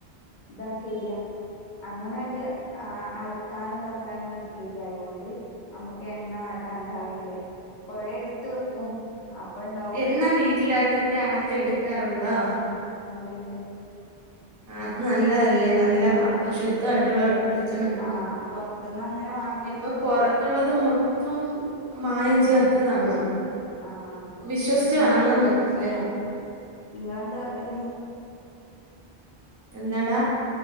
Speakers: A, on the left; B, on the right.
A: ദാക്കല അങ്ങനെണ്ട് ആ അരക്കാനോ ഇതാക്കാനോ ഒന്നും എടുക്കല്ല അയതുകൊണ്ട് നമ്മുക്ക് എണ്ണ ട്ട ഉണ്ടാവേണ്ട് കൊറെേ എടുത്ത് വെക്കും അപ്പ് ഉണ്ടാവും
B: എന്നാ വീട്ടിലടുത്തൊക്കെ ആട്ടി എടുക്കാറുണ്ടോ
A: ണ്ട് ണ്ട്
B: അത് നല്ലതല്ലേ നല്ല അപ്പൊ ശുദ്ധായിട്ടുള്ള വെളിച്ചെണ്ണ കിട്ടും
A: ആ പൊറത്തുന്ന് അങ്ങനെ വാങ്ങലില്ല
B: ഇപ്പൊ പൊറത്തുള്ളത് മൊത്തം മായം
A: ആ
B: ചേർത്തതാണ്
A: ആ
B: വിശ്വസിച്ചു
A: ഇ
B: വാങ്ങാൻ പറ്റില്ല
A: ആ ഇങ്ങളെന്താ കാട്ടല്
B: എന്താടാ